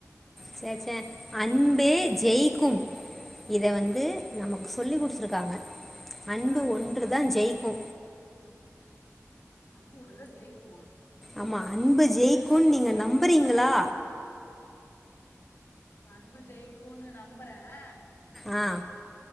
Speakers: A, in the centre; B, on the left.
A: சேரி சேரி அன்பே ஜெய் க்கும் இத வந்து சொல்லிகுடுத்துருக்காங்க அன்பு
B: யாரு
A: ஒன்றுதா ஜெயிக்கு
B: அன்பு ஒன்றுதா ஜெயிக்குமா
A: ஆமாம் அன்பு ஜெயிக்கும்னு
B: கூப்ட்டு அவங்கள
A: நீங்கள்
B: சொல்லிட்டு
A: நம்புறீங்களா
B: வாங்க தயவு செஞ்சு அன்பு ஜெயிக்குன்னு நம்புறேன்
A: ஆ